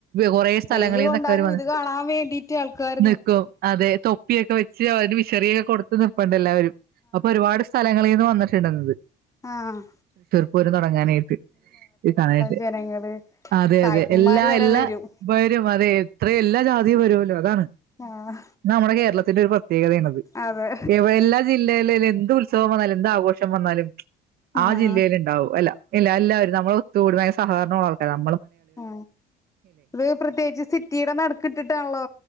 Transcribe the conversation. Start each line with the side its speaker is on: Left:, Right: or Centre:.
Right: കൊറേ സ്ഥലങ്ങളിന്നൊക്കെ
Left: വെയില് കൊണ്ടാലും
Right: അവര് വന്നിട്ട്
Left: ഇത് കാണാൻ വേണ്ടീട്ട് ആൾക്കാര്
Right: നിക്കും അതെ തൊപ്പിയൊക്കെ വെച്ച് അവര് വിശറിയൊക്കെ കൊടുത്ത് നിപ്പുണ്ട് എല്ലാവരും അപ്പൊ ഒരുപാട് എന്ന് വന്നിട്ടുണ്ടെന്ന്
Left: ആ.. അ
Right: <unintelligible> വാങ്ങന്നായിട്ട് ഈ സമയത്ത്
Left: ജനങ്ങള്
Right: അതെ
Left: സായിപ്പന്മാര്
Right: അതെ എല്ലാ
Left: വരെ
Right: എല്ലാ
Left: വരും
Right: വരും അതെ ഇ എത്ര എല്ലാ ജാതീം വരുവല്ലോ അതാണ്
Left: ആഹ്
Right: നമ്മളെ കേരളത്തില് <unintelligible> പ്രത്യേകതയാണത്.
Left: അതെ
Right: എല്ലാ ജില്ലയിലെ എന്ത്‌ ഉത്സവം വന്നാലും എന്ത്‌ ആഘോഷം വന്നാലും-
Left: ആഹ്
Right: ആ ജില്ലയിൽ ഉണ്ടാവും അല്ല ഇല്ല എല്ലാവരും നമ്മള് ഒത്തുകൂടും <unintelligible>
Left: ആ അത് പ്രത്യേകിച്ച് സിറ്റീടെ നടു ക്ക്ട്ടിട്ടാണല്ലോ